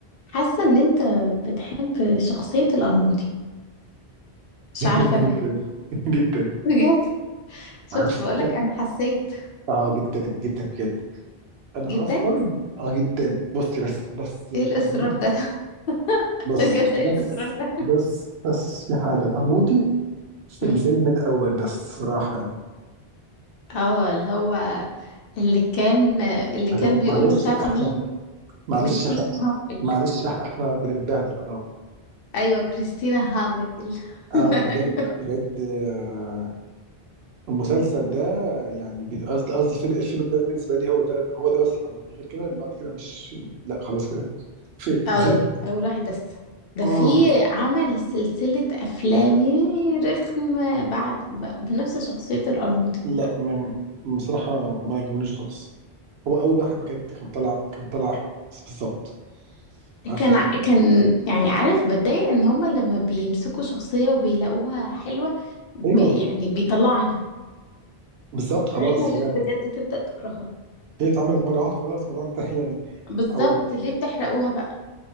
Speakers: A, on the left (about 65°); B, on the right (about 75°).
A: حاسة ان انت بتحب شخصية القرموطي مش
B: <laughs>
A: عارفة ليه
B: جدا جدا
A: بجد شفت
B: عارف
A: بقولك انا حسيت
B: اه جدا جدا بجد انا
A: جدا
B: اصلا اه جدا بصي بس بس القرموطي
A: ايه الاصرار ده <laughs>
B: بصي
A: بجد
B: بس
A: ايه الاصرار ده
B: بس بس في حاجه القرموطي في
A: مم.
B: الفيلم الاول بس صراحه يعني
A: اه اللي هو اللي كان اللي
B: عشان-
A: كان بيقوله
B: معلش
A: مش عارفة مين
B: احنا معلش
A: كريستينا
B: إحنا-
A: هامل
B: معلش إح- احنا بنتبهدل اه
A: ايوه كريستينا هامل <laughs>
B: اه بجد بجد آه المسلسل ده يعني بي- قصدي قصدي الفيلم الفيلم ده بالنسبه لي هو ده هو ده بس القرموطي غير كده اللي بعد كده مش لا خلاص كده فيك
A: اه
B: <laughs>
A: يعني اول واحد بس ده
B: اه
A: في عمل سلسلة افلام رخمة بعد ب- بنفس شخصية القرموطي
B: لا
A: دي
B: ما بصراحة ما عجبونيش خالص هو أول واحد بجد كان طلع كان طلع بس- بالظبط عارفة
A: كان
B: كان
A: ع- كان يعني عارف بتضايق ان هما لما بيمسكوا شخصية وبيلاقوها حلوة ب...
B: أيوه
A: يعني بيطلعوا عنها
B: بالظبط خلاص
A: لغاية ما الناس
B: هي
A: بجد تبدأ تكرهها
B: هي اتعملت مرة واحدة خلاص الموضوع انتهى يعني
A: بالظبط
B: أو
A: ليه بتحرقوها بقى